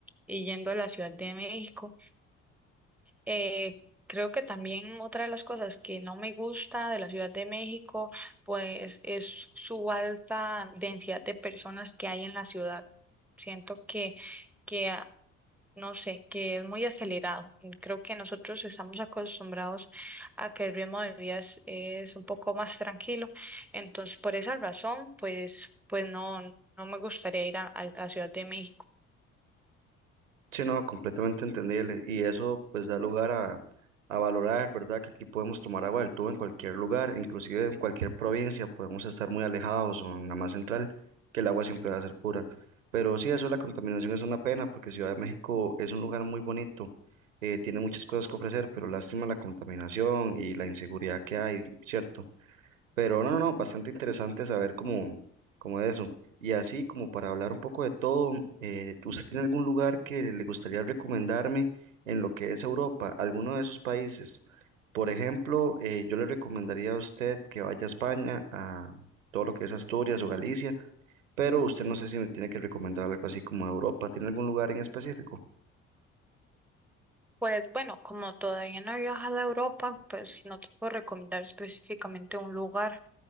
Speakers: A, in the centre; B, on the right (about 85°).
A: y yendo a la Ciudad de México. Eh, creo que también otra de las cosas que no me gusta de la Ciudad de México, pues es su alta densidad de personas que hay en la ciudad. Siento que, que ah, no sé, que es muy acelerado. Y Creo que nosotros estamos acostumbrados a que el ritmo de vida es, es un poco más tranquilo. Entonces, por esa razón, pues, pues no, no me gustaría ir a a la Ciudad de México.
B: Sí, no, completamente entendible. Y eso pues da lugar a, a valorar, ¿verdad? Que aquí podemos tomar agua del tubo en cualquier lugar, inclusive en cualquier provincia, podemos estar muy alejados o en la más central, que el agua siempre va a ser pura. Pero sí, eso de la contaminación es una pena, porque Ciudad de México es un lugar muy bonito, eh, tiene muchas cosas que ofrecer, pero lástima la contaminación y la inseguridad que hay, ¿cierto? Pero no, no, no, bastante interesante saber cómo, cómo es eso. Y así como para hablar un poco de todo, eh, ¿usted tiene algún lugar que le gustaría recomendarme en lo que es Europa, alguno de esos países? Por ejemplo, eh, yo le recomendaría a usted que vaya a España, a todo lo que es Asturias o Galicia, pero usted no sé si me tiene que recomendar algo así como Europa. ¿Tiene algún lugar en específico?
A: Pues bueno, como todavía no he viajado a Europa, pues no te puedo recomendar específicamente un lugar.